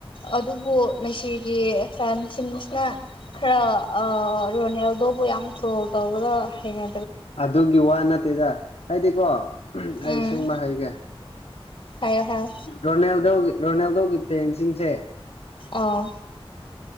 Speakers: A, on the left; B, on the left.
A: ꯑꯗꯨꯕꯨ ꯉꯁꯤꯒꯤ ꯐꯦꯟꯁꯤꯡꯁꯤꯅ ꯈꯔ ꯔꯣꯅꯤꯜ ꯑꯗꯨꯕꯨ ꯌꯥꯝ ꯇ꯭ꯔꯣꯜ ꯇꯧꯕꯗ ꯍꯩꯅ
B: ꯑꯗꯨꯒꯤ ꯋꯥ ꯅꯠꯇꯦꯗ ꯍꯥꯏꯗꯤꯀꯣ ꯑꯩꯁꯤꯡꯕ
A: ꯎꯝ
B: ꯍꯩꯒꯦ
A: ꯍꯥꯏꯌꯣ ꯍꯥꯏꯌꯣ
B: ꯔꯣꯅꯥꯜꯗꯣꯒꯤ ꯔꯣꯅꯥꯜꯗꯣꯒꯤ ꯐꯦꯟꯁꯤꯡꯁꯦ
A: ꯑꯥ